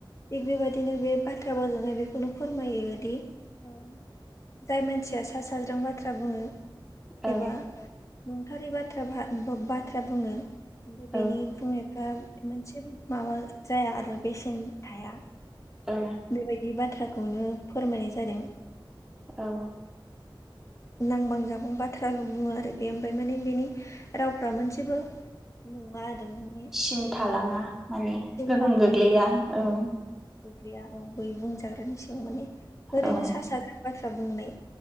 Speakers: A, on the left (about 35°); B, in the centre.
A: थिग बेबायदिनो बे बाथ्रा भावजोंहाय बेखौनो फोरमायोदि ओ जाय मानसिया सा साज्रां बाथ्रा बुङो
B: औ
A: एबा नंथारै बाथ्रा भा बाथ्रा बुङो बेनि
B: औ
A: बुंनाय मोनसेबो माबा जाया आरो बेसेन थाया
B: औ
A: बेबायदि बाथ्राखौनो फोरमायनाय जादों।
B: औ
A: नांबां जाबां बाथ्राल' बुङो आरो बे ओमफ्राय माने बेनि रावफ्रा मोनसेबो नुवा आरो मोन
B: सिन थालाङा माने गोहोम
A: थाङा
B: गोग्लैया। औ
A: गोग्लैया औ बै बुंजाग्रानि सायाव माने ओरैनो
B: औ
A: सा सा साजों बाथ्रा बुंनाय।